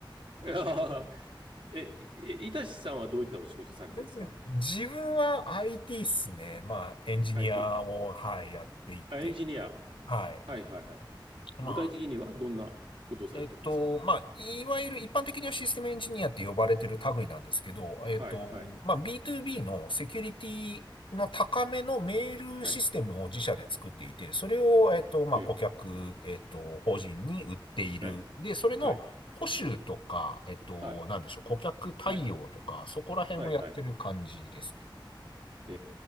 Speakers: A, on the right; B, on the left.
A: <laughs> いやーえ、いいたしさんはどういったお仕事されてるんですか
B: <laughs> 自分は IT っすね。まあ、エンジニアを、
A: ?IT。
B: はい、やっていて、
A: あ、エンジニア。
B: はい。
A: はい、はい、はい。
B: ま
A: 具体的にはどんなことをされてるんですか
B: えっと、まあ、いわゆる一般的にはシステムエンジニアって呼ばれてる類なんですけど、えっと、
A: はい、はい、
B: まあ、B2B のセキュリティの高めのメールシステムを自社で作っていて、
A: はい、
B: それを、えっと、まあ、
A: ええ、
B: 顧客、えっと、法人に売っている。
A: はい、
B: で、それの保守とか、
A: はい、
B: えっと、
A: はい、
B: なんでしょう、顧客対応とか、
A: はい、
B: そこら辺をやってる感じですね。
A: はい、はい。え